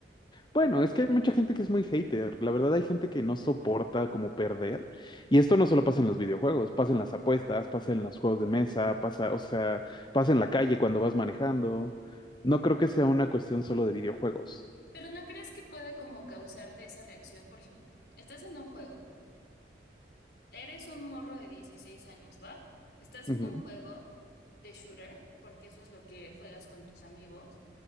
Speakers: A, on the left; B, on the left.
A: Bueno, es que hay mucha gente que es muy hater. La verdad, hay gente que no soporta como perder. Y esto no solo pasa en los videojuegos, pasa en las apuestas, pasa en los juegos de mesa, pasa, o sea, pasa en la calle cuando vas manejando. No creo que sea una cuestión solo de videojuegos.
B: Pero ¿no crees que pueda como causarte esa reacción? Por ejemplo, estás en un juego, eres un morro de 16 años, ¿va? Estás
A: Ujú,
B: en un juego de shooter, porque eso es lo que juegas con tus amigos